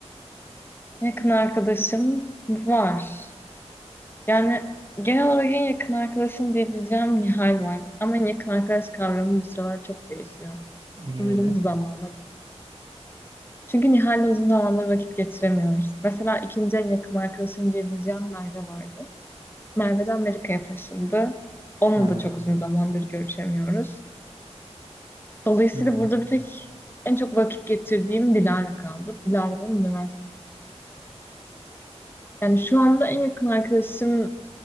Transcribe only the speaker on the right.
Niye
öyle?
Ha.
hmm,